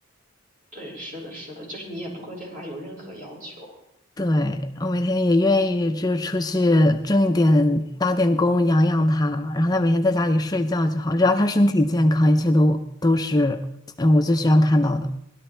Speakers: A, on the right (about 45°); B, on the left (about 20°).
A: 对，是的，是的，就是你也不会对它有任何要求。
B: 对，我每天也愿意就是出去挣一点，打点工养养它，然后它每天在家里睡觉就好，只要它身体健康，一切都都是，嗯，我最希望看到的。